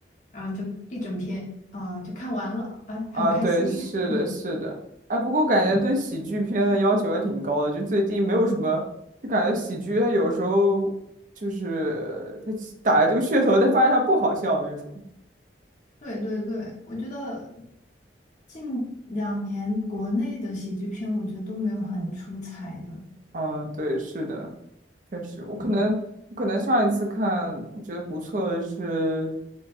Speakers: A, on the left; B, on the right.
A: 然后就一整篇，啊就看完了，哎，
B: 啊，
A: 很开心。
B: 对，是的，
A: <laughs>
B: 是的。哎，不过感觉对喜剧片的要求还挺高的，
A: 嗯，
B: 就最近没有什么，就感觉喜剧它有时候就是它打着这个噱头，但发现它不好笑那种。
A: 对对对，我觉得近两年国内的喜剧片，我觉得都没有很出彩的。
B: 嗯，对，是的，确实，我可能我可能上一次看我觉得不错的是
A: 嗯，